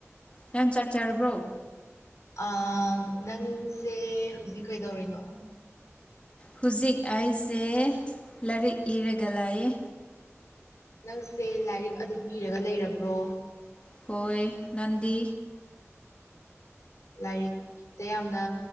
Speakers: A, on the left; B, on the left.
A: ꯅꯪ ꯆꯥꯛ ꯆꯥꯔꯕ꯭ꯔꯣ
B: ꯑꯥ ꯅꯪꯁꯦ ꯍꯧꯖꯤꯛ ꯀꯩꯗꯧꯔꯤꯅꯣ
A: ꯍꯨꯖꯤꯛ ꯑꯩꯁꯦ ꯂꯥꯏꯔꯤꯛ ꯏꯔꯒ ꯂꯩꯏ
B: ꯅꯪꯁꯦ ꯂꯥꯏꯔꯤꯛ ꯑꯗꯨꯝ ꯏꯔꯒ ꯂꯩꯔꯕ꯭ꯔꯣ
A: ꯍꯣꯏ ꯅꯟꯗꯤ
B: ꯂꯥꯏꯔꯤꯛꯇ ꯌꯥꯝꯅ